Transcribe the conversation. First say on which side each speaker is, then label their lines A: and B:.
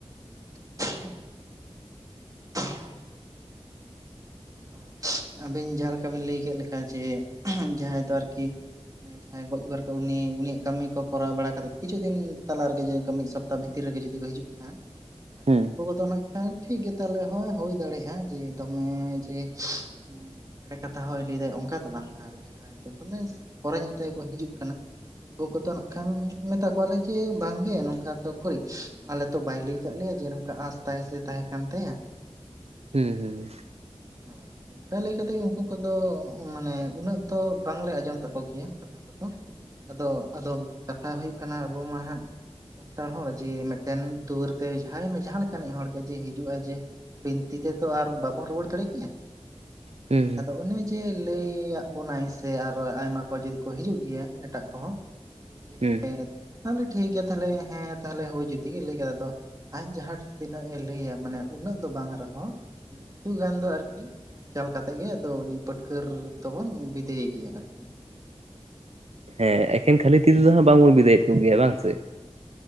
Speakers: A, on the right; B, on the right.
A: <unintelligible> ᱦᱳᱭ ᱟᱹᱵᱤᱱ ᱡᱟᱦᱟᱸ ᱞᱮᱠᱟ ᱵᱤᱱ ᱞᱟᱹᱭ ᱠᱮᱫ ᱞᱮᱠᱟ ᱡᱮ ᱡᱟᱦᱟᱸᱭ ᱫᱚ ᱟᱨᱠᱤ ᱢᱟᱱᱮ ᱡᱟᱦᱟᱸᱭ ᱜᱚᱡ ᱜᱩᱨ ᱠᱟᱜ ᱩᱱᱤ ᱩᱱᱤᱭᱟᱜ ᱠᱟᱹᱢᱤ ᱠᱚᱨᱟᱣ ᱵᱟᱲᱟ ᱠᱟᱛᱮ ᱠᱤᱪᱷᱩ ᱫᱤᱱ ᱛᱟᱞᱟ ᱨᱮᱜᱮ ᱡᱮ ᱢᱤᱫ ᱥᱚᱯ ᱛᱟ ᱵᱷᱤᱛᱤᱨ ᱨᱮᱜᱮ ᱡᱩᱫᱤ ᱠᱚ ᱦᱤᱡᱩᱜ ᱠᱷᱟᱱ ᱛᱟᱞᱦᱮ
B: ᱦᱩᱸ
A: ᱩᱱᱠᱩ ᱠᱚᱫᱚ ᱱᱟᱜ ᱠᱷᱟᱱ ᱴᱷᱤᱠᱜᱮ ᱛᱟᱦᱞᱮ ᱦᱚᱸ ᱦᱩᱭ ᱫᱟᱲᱮᱭᱟᱜᱼᱟ ᱡᱮ ᱫᱚᱢᱮ <unintelligible> ᱮᱲᱮ ᱠᱟᱛᱷᱟ ᱦᱚᱸᱭ ᱞᱟᱹᱭ ᱫᱟᱭ ᱚᱝᱠᱟ ᱫᱚ ᱵᱟᱝ ᱟᱨ ᱡᱟᱦᱟᱸᱭ <unintelligible> ᱯᱚᱨᱮ ᱧᱚᱜ ᱛᱮᱠᱚ ᱦᱤᱡᱩᱜ ᱠᱟᱱᱟ ᱩᱱᱠᱩ ᱠᱚᱫᱚ ᱱᱟᱜ ᱠᱷᱟᱱ ᱢᱮᱛᱟ ᱠᱚᱣᱟᱞᱮ ᱡᱮ ᱵᱟᱝᱜᱮ ᱚᱱᱠᱟ ᱫᱚ ᱩᱠᱩᱨᱤᱡ ᱟᱞᱮ ᱛᱚ ᱵᱟᱭ ᱞᱟᱹᱭ ᱠᱟᱫ ᱞᱮᱭᱟ ᱡᱮ ᱱᱚᱝᱠᱟ ᱟᱥ ᱛᱟᱭ ᱥᱮ ᱛᱟᱦᱮᱸ ᱠᱟᱱ ᱛᱟᱭᱟ
B: ᱦᱩᱸ
A: ᱢᱮᱱᱛᱮ
B: ᱦᱩᱸ ᱦᱩᱸ
A: ᱦᱳᱭ ᱟᱫᱚ ᱚᱱᱠᱟ ᱞᱟᱹᱭ ᱠᱟᱛᱮᱜ ᱩᱱᱠᱩ ᱠᱚᱫᱚ ᱢᱟᱱᱮ ᱩᱱᱟᱹᱜ ᱛᱚ ᱵᱟᱝᱞᱮ ᱟᱸᱡᱚᱢ ᱛᱟᱠᱚ ᱜᱮᱭᱟ ᱠᱟᱛᱷᱟ ᱠᱚᱫᱚ ᱟᱫᱚ ᱟᱫᱚ ᱠᱟᱛᱷᱟ ᱦᱩᱭᱩᱜ ᱠᱟᱱᱟ ᱟᱵᱚ ᱢᱟ ᱦᱟᱸᱜ ᱥᱟᱱᱛᱟᱲ ᱦᱚᱲ ᱡᱮ ᱢᱤᱫᱴᱮᱱ ᱫᱩᱣᱟᱹᱨ ᱛᱮ ᱡᱟᱦᱟᱸᱭ ᱡᱟᱦᱟᱸ ᱞᱮᱠᱟᱱᱤᱡ ᱦᱚᱲᱜᱮ ᱡᱮ ᱦᱤᱡᱩᱜᱼᱟᱭ ᱡᱮ ᱵᱤᱱᱛᱤ ᱛᱮᱫᱚ ᱟᱨ ᱵᱟᱵᱚᱱ ᱨᱩᱣᱟᱹᱲ ᱫᱟᱲᱮ ᱠᱮᱭᱟ
B: ᱦᱩᱸ
A: ᱟᱫᱚ ᱚᱱᱮ ᱡᱮ ᱞᱟᱹᱭᱟᱜ ᱵᱚᱱᱟᱭ ᱥᱮ ᱟᱨᱚ ᱟᱭᱢᱟ ᱠᱚ ᱡᱚᱫᱤ ᱠᱚ ᱦᱤᱡᱩᱜ ᱜᱮᱭᱟ ᱮᱴᱟᱜ ᱠᱚᱦᱚᱸ ᱡᱮ
B: ᱦᱩᱸ
A: ᱛᱟᱞᱦᱮ ᱴᱷᱤᱠ ᱜᱮᱭᱟ ᱛᱟᱦᱞᱮ ᱦᱮᱸ ᱛᱟᱦᱞᱮ ᱦᱳᱭ ᱡᱩᱫᱤ ᱜᱮ ᱞᱟᱹᱭ ᱠᱮᱫ ᱟᱫᱚ ᱟᱡ ᱡᱟᱦᱟᱸ ᱛᱤᱱᱟᱹᱜ-ᱮ ᱞᱟᱹᱭᱟ ᱢᱟᱱᱮ ᱩᱱᱟᱹᱜ ᱫᱚ ᱵᱟᱝ ᱨᱮᱦᱚᱸ ᱠᱤᱪᱷᱩ ᱜᱟᱱ ᱫᱚ ᱟᱨᱠᱤ <unintelligible> ᱮᱢ ᱪᱟᱞ ᱠᱟᱛᱮᱫ ᱜᱮ ᱟᱫᱚ ᱩᱱᱤ ᱯᱟᱹᱴᱠᱟᱹᱨ ᱫᱚᱵᱚᱱ ᱵᱤᱫᱟᱹᱭᱮ ᱜᱮᱭᱟ ᱟᱨᱠᱤ
B: ᱦᱮᱸ ᱮᱠᱷᱮᱱ ᱠᱷᱟᱹᱞᱤ ᱛᱤ ᱛᱮᱫᱚ ᱦᱟᱸᱜ ᱵᱟᱝᱵᱚᱱ ᱵᱤᱫᱟᱹᱭᱮᱫ ᱠᱚᱜᱮᱭᱟ ᱵᱟᱝ
A: ᱦᱳᱭ
B: ᱥᱮ
A: ᱚᱝᱠᱟ,